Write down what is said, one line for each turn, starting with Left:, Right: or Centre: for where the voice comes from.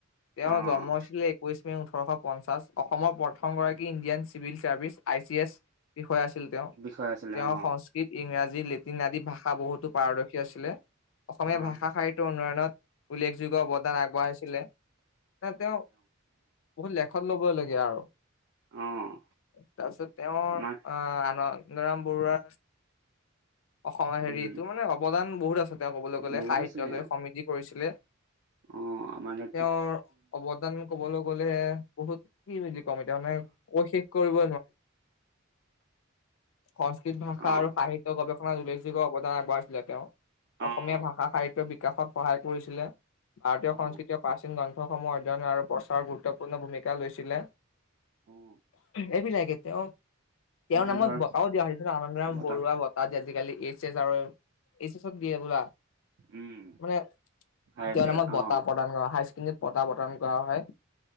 Left: তেওঁৰ
Right: অ'
Left: জন্ম হৈছিলে একৈশ। ওঠৰশ পঞ্চাশ অসমৰ প্ৰথমগৰাকী Indian civil service I C S বিষয়া আছিল। আছিল তেওঁ
Right: বিষয় আছিলে
Left: তেওঁৰ
Right: অ'
Left: সংস্কৃত ইংৰাজী লেটিন আদি ভাষা বহুতো পাৰদৰ্শী আছিলে। অসমীয়া
Right: অ'
Left: ভাষা সাহিত্যৰ উন্নয়নত উল্লেখযোগ্য অৱদান আগবঢ়াইছিলে। ন তেওঁ বহুত লেখত ল'ব লাগে। আৰু
Right: অ'
Left: তাৰপিছত তেওঁৰ
Right: আমাৰ
Left: আহ আনন্দৰাম। কৰুৰা। অসমৰ হেৰিটো
Right: উম
Left: মানে অৱদান বহুত আছে। এয়া ক'বলৈ গ'লে
Right: বহুত
Left: সাহিত্যলৈ
Right: আছিলে
Left: সমিতি কৰিছিলে।
Right: অ' আমাৰ অ'
Left: তেওঁৰ অৱদান কবলৈ। কলে বহুত কি বুলি কম এতিয়া মানে অশেষ কৰিব। সংস্কৃত ভাষা
Right: অ'
Left: আৰু সাহিত্য গৱেষণা উল্লেখযোগ্য অৱদান আগবঢ়াইছিলে তেওঁ অসমীয়া
Right: অ'
Left: ভাষা সাহিত্যৰ বিকাশত সহায় কৰিছিলে। ভাৰতীয়
Right: অ'
Left: সংস্কৃতিয়ৰ প্ৰাচীন গ্ৰন্থসমূহ অধ্যয়ন আৰু প্ৰচাৰৰ গুৰুত্বপূৰ্ণ ভূমিকা লৈছিলে।
Right: অ'
Left: এইবি লাই গতি অ। <unintelligible> তেওঁৰ
Right: আমাৰ
Left: নামত
Right: ধৰ
Left: বঁটাও দিয়া হয় আনন্দৰাম
Right: বত
Left: বৰুৱা বটাাহ আজিকালি এইচ এছ আৰু এইচ এছত। বোলা
Right: উম
Left: মানে
Right: হায়াৰ
Left: তেওঁ
Right: ছেকেণ্ড
Left: নামত বঁটাহ
Right: অ'
Left: প্ৰদান কৰা হায় ছেকেণ্ডৰী। বঁটা বতন কৰা হয়,